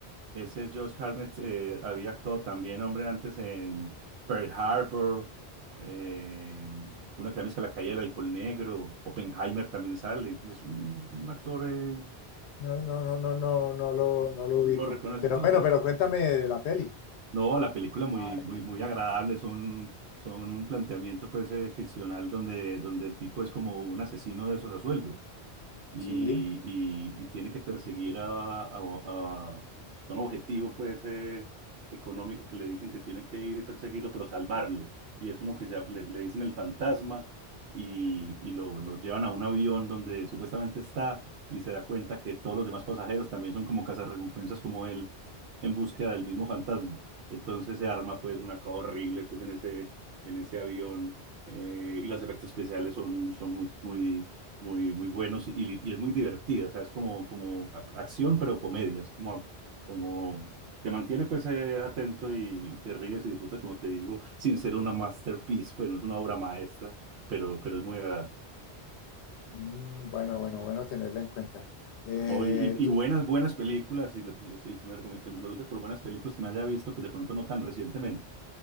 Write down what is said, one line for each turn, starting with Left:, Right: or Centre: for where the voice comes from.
Right: Ese Josh Hartnett eh, había actuado también, hombre, antes en Pearl Harbor, eh, una que también es que La Caída del Alcohol Negro, Oppenheimer también sale. Es un, un actor, eh,
Left: No, no, no, no, no, no lo, no lo
Right: lo
Left: ubico.
Right: lo reconoce.
Left: Pero
Right: Ah,
Left: bueno,
Right: ok.
Left: pero cuéntame de la peli.
Right: No, la película muy,
Left: Ah,
Right: muy,
Left: que-
Right: muy agradable, son, son un planteamiento pues eh, ficcional donde, donde el tipo es como un asesino de esos a sueldo. y,
Left: Sí.
Right: y- y tiene que perseguir a, a- a- son objetivos pues eh, económicos que le dicen que tiene que ir y perseguirlo, pero salvarlo. Y es uno que se llama- le, le dicen el fantasma y, y lo, lo llevan a un avión donde supuestamente está y se da cuenta que todos los demás pasajeros también son como cazarrecompensas como él en búsqueda del mismo fantasma. Entonces se arma pues una cosa horrible pues en ese, en ese avión eh, y los efectos especiales son, son muy, muy muy, muy buenos y, y es muy divertida, o sea, es como, como ac- acción, pero comedia, es como, como te mantiene pues eh, atento y te ríes y disfrutas, como te digo, sin ser una masterpiece, pues no es una obra maestra, pero, pero es muy agradable.
Left: Mm, bueno, bueno, bueno tenerla en cuenta. Eh,
Right: Hoy, y,
Left: tú-
Right: y buenas, buenas películas, y lo- lo- si, si me recomiendas, me preguntas por buenas películas que me haya visto, pues de pronto no tan recientemente,